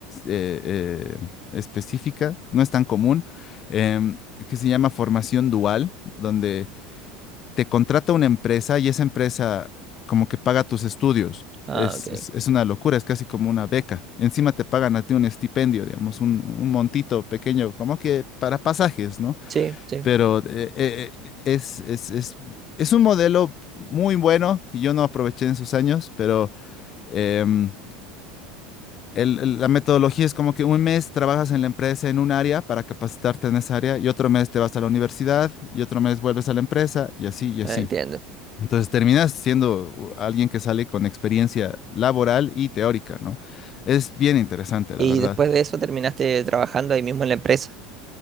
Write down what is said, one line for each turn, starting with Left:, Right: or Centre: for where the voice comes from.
Left: eh, eh, específica. No es tan común. em, que se llama formación dual, donde te contrata una empresa y esa empresa como que paga tus estudios.
Right: Ah,
Left: Es,
Right: ok.
Left: es- es una locura, es casi como una beca. Encima te pagan a ti un estipendio, digamos, un, un montito pequeño, como que para pasajes, ¿no?
Right: Sí, sí,
Left: Pero eh, eh, eh, es, es, es, es un modelo muy bueno que yo no aproveché en sus años, pero em, el- el- la metodología es como que un mes trabajas en la empresa en un área para capacitarte en esa área y otro mes te vas a la universidad y otro mes vuelves a la empresa y así y así.
Right: entiendo.
Left: Entonces terminas siendo alguien que sale con experiencia laboral y teórica, ¿no? Es bien interesante, la
Right: Y
Left: verdad.
Right: después de eso terminaste trabajando ahí mismo en la empresa.